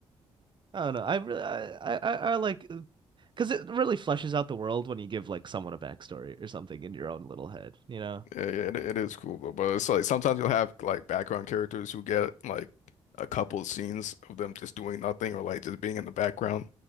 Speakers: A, on the right; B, on the left.
A: I don't know. I really, I, I, I I like, because it really fleshes out the world when you give like someone a backstory or something in your own little head, you know?
B: Yeah, yeah, it, it is cool though. But it's like sometimes you'll have like background characters who get like a couple scenes of them just doing nothing or like just being in the background,